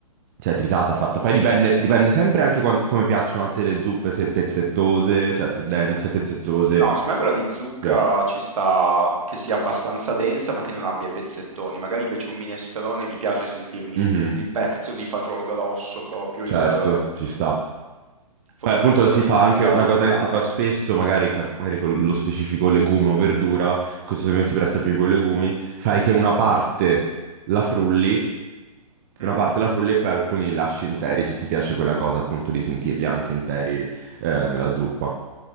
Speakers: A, on the right; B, on the right.
A: cioè tritata, fatta, poi dipende, dipende sempre anche quan- come piacciono a te le zuppe, se pezzettose, cioè più dense, pezzettose,
B: No, secondo me quella di zucca
A: cioè.
B: ci sta che sia abbastanza densa ma che non abbia i pezzettoni. Magari invece un minestrone mi piace sentirmi
A: Mhm.
B: il pezzo di fagiolo grosso proprio,
A: Certo,
B: il-
A: ci sta.
B: forse
A: Poi appunto
B: una zuppa
A: si
B: di
A: fa
B: zucca
A: anche una
B: frullata,
A: cosa che si fa spesso,
B: sì.
A: magari, ca- magari con lo specifico legume o verdura, questo secondo me si presta più con i legumi, fai che una parte la frulli,
B: Mm.
A: una parte la frulli e poi alcuni li lasci interi, se ti piace quella cosa appunto di sentirli anche interi eh, nella zuppa.